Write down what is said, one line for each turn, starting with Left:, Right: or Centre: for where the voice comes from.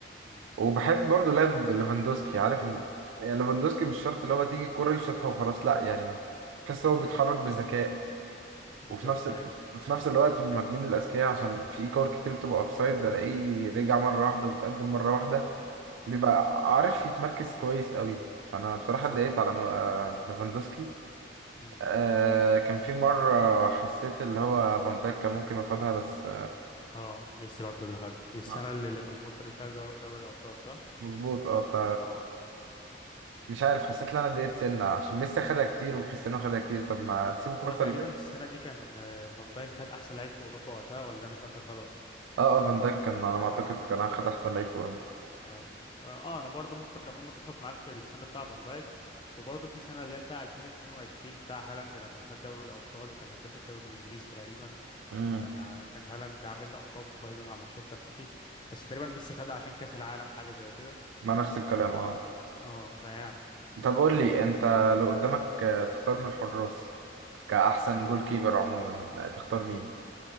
Left: امم
Right: وبحب برضه لعب ليفاندوسكي عارف ال... يعني ليفاندوسكي مش شرط اللي هو تيجي الكرة يشوطها وخلاص لا يعني تحس هو بيتحرك
Left: امم
Right: بذكاء
Left: بالظبط
Right: وفي نفس ال...
Left: ايوه
Right: في نفس الوقت من المهاجمين الاذكياء عشان في كور كتير بتبقى اوفسايد بلاقيه رجع مره واحده وتقدم مره واحده بيبقى
Left: امم
Right: عارف يتمركز كويس قوي فانا بصراحه
Left: بالظبط
Right: اتضايقت على م- آه، ليفاندوسكي
Left: مم.
Right: آه كان في مره حسيت اللي هو فان دايك كان ممكن ياخدها بس
Left: اه ميسي برضو اللي خدها دي السنة
Right: آه،
Left: اللي ليفربول خدت فيها دو- دوري الأبطال صح؟
Right: مظبوط اه ف
Left: اه
Right: مش عارف حسيت ان انا اتضايقت سنه عشان ميسي خدها كتير وكريستيانو خدها كتير طب ما تسيبوا
Left: هو
Right: فرصه
Left: تقريبا
Right: ل...
Left: السنة دي كان آه، فان دايك خد أحسن لعيب في أوروبا وقتها ولا أنا فاكر غلط؟
Right: اه آه، فان دايك كان على ما
Left: اه
Right: اعتقد كان اخد احسن لعيب في اوروبا
Left: أي. فاه أنا برضو ممكن أكون متفق معاك في السنة بتاع فان دايك وبرضو في سنة اللي هي بتاع 2022 بتاع هالاند لما خد دوري الأبطال وكان هداف الدوري الإنجليزي تقريبا
Right: امم
Left: كان آه، كان هالاند عامل أرقام رهيبة مع مانشستر سيتي بس تقريبا ميسي خدها عشان كأس العالم حاجة زي كده
Right: ما نفس الكلام
Left: ف
Right: اه
Left: اه فيعني
Right: طب قول لي انت لو قدامك آه، تختار من الحراس كأحسن
Left: حر-
Right: جول كيبر عموما آه، تختار مين
Left: م.